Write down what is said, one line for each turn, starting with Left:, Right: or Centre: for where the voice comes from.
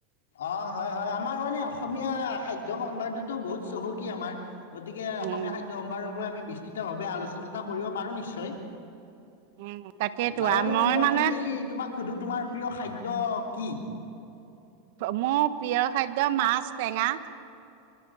Left: অ হয় হয় আমাৰ মানে অসমীয়া খাদ্য সম্ভান্ত তো বহুত চহকী আমাৰ। গতিকে
Right: উম
Left: অসমীয়া খাদ্য সম্ভাৰ। আমি বিছ তিতভাবে আলোচনা এটা কৰিব পাৰো নিশ্চ- তই
Right: উম তাকেইতো
Left: বাৰু
Right: আ
Left: মই
Right: মানে
Left: যদি তোমাক শুধো? তোমাৰ প্ৰিয় খাদ্য কি?
Right: মোৰ প্ৰিয় খাদ্য মাছ টেঙা।